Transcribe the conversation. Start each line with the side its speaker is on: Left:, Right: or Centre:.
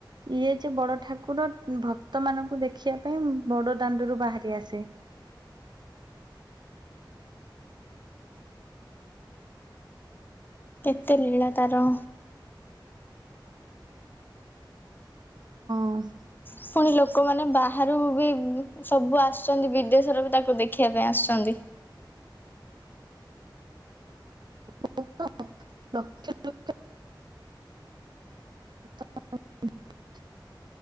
Right: ଇଏ ଯେ ବଡ ଠାକୁର ଭକ୍ତ ମାନଙ୍କୁ ଦେଖିବା ପାଇଁ ବଡ ଦାଣ୍ଡରୁ ବାହାରି ଆସେ।
Left: କେତେ ଲୀଳା ତାର।
Right: ହଁ।
Left: ପୁଣି ଲୋକମାନେ ବାହାରୁ ବି ସବୁ ଆସୁସନ୍ତି, ବିଦେଶରୁ ବି ତାକୁ ଦେଖିବା ପାଇଁ ଆସୁଚନ୍ତି।
Right: <unintelligible> <unintelligible>